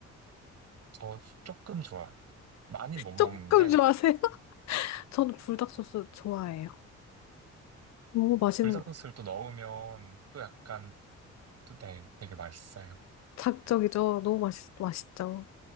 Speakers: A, on the right; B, on the left.
A: 저 조금 좋아해요. 많이는 못 먹는데,
B: 조금 좋아하세요? <laughs> 저는 불닭 소스 좋아해요. 너무 맛있는
A: 불닭
B: 거.
A: 소스를 또 넣으면 또 약간 또 되- 되게 맛있어요.
B: 자극적이죠? 너무 맛있, 맛있죠?